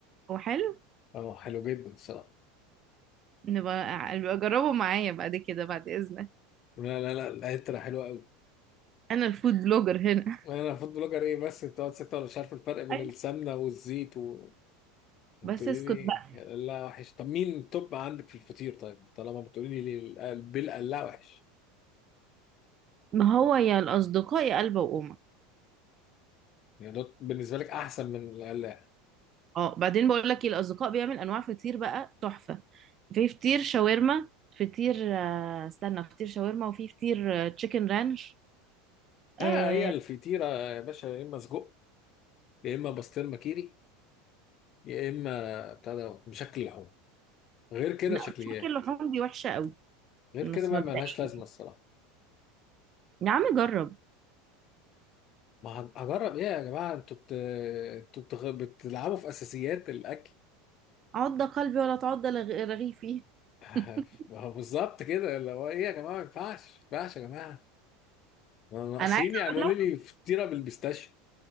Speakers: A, on the right (about 40°); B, on the left (about 45°).
A: هو حلو
B: اه حلو جدا الصراحه
A: نبقى نبقى جربه معايا بعد كده بعد اذنك
B: لا لا لا العطر حلو قوي
A: انا الفود بلوجر هنا
B: انا فود بلوجر ايه بس انت قاعد ستة ولا مش عارف الفرق بين
A: أيوة.
B: السمنه والزيت و... وتقولي
A: بس اسكت
B: لي
A: بقى
B: لا وحش طب مين التوب عندك في الفطير طيب طالما بتقولي لي بالقلاع وحش
A: ما هو يا الاصدقاء يا قلبه وامك
B: يعني ده بالنسبه لك احسن من القلاع
A: اه بعدين بقول لك ايه الاصدقاء بيعمل انواع فطير بقى تحفه في فطير شاورما فطير آه، استنى فطير شاورما وفي فطير تشيكن رانش
B: لا
A: آه
B: هي الفطيره يا باشا يا اما سجق يا اما بسطرمه كيري يا اما بتاع ده بشكل لحوم غير كده
A: لا
B: شكليات
A: مش فاكر اللحوم دي وحشه قوي
B: غير كده
A: بس
B: بقى
A: مبدئيا
B: ملهاش لازمه الصراحه
A: يا عم جرب
B: ما هن- هجرب ايه يا جماعه انتوا بت... انتوا بتغ... بتلعبوا في اساسيات الاكل
A: عض قلبي ولا تعض لغ- رغيفي
B: <laughs>
A: <laughs>
B: ما هو بالظبط كده اللي هو ايه يا جماعه ما ينفعش ما ينفعش يا جماعه ما ناقصين
A: انا عايزه
B: يعملوا
A: اقول لك
B: لي فطيره بالبيستاشيو